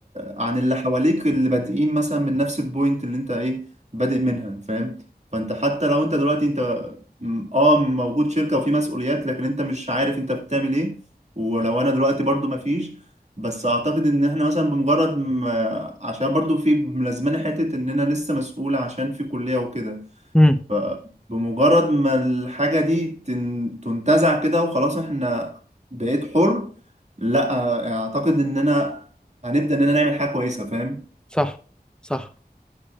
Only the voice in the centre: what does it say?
امم
صح صح